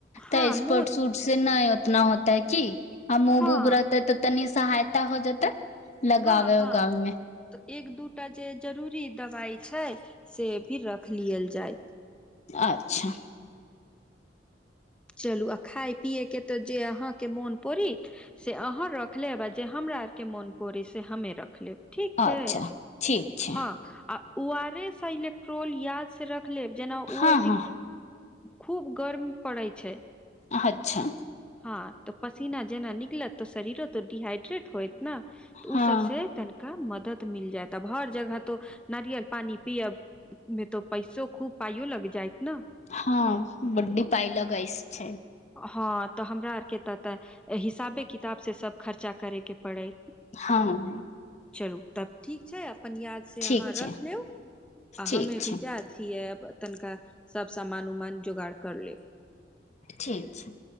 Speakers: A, in the centre; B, on the left (about 40°).
A: हँ
B: तऽ स्पोर्ट
A: मोच
B: शूट से नहि उतना होतै की, आ मुब
A: हँ
B: ऊब रहतै तऽ तनी सहायता हो जेतै। लगाबे
A: हां-हां
B: उगाबे मे
A: एक दू टा जे जरूरी दबाइ छै, से भी रख लेलियल जायत।
B: अच्छा
A: चलू आ खाय पियैके तऽ जे अहाँके मोन परि से अहाँ रख लेब, आ जे हमरा आरके मोन पड़ै से हमे रख लेब ठीक छै?
B: अच्छा ठीक छै
A: हां आ ओ आर एस आ इलेक्ट्रोल याद से रख लेब जेना
B: हँ
A: ओ अध
B: हँ
A: खूब गर्म पड़ै छै।
B: अच्छा
A: हां तऽ पसीना जेना निकलत तऽ शरीरो तऽ डिहाइड्रेट होयत न। तऽ
B: हँ
A: ओ सभसँ तनिका मदद मिल जायत आब हर जगह तो नारियल पानि पियअब उ मे तो पैसो खूब पाइयो लग जायत न।
B: हां बड्डी पाइ लगइस छै।
A: हां तऽ हमरा आरके तऽतऽ हिसाबे किताबसँ सब खर्चा करैके पड़ै।
B: हां
A: चलू तब ठीक छै, अपन याद से
B: ठीक
A: अहाँ रख
B: छै
A: लेउ आ
B: ठीक
A: हमे
B: छै
A: भी जा छिये तनिका सब समान उमान जोगाड़ कर लेब।
B: ठीक छै।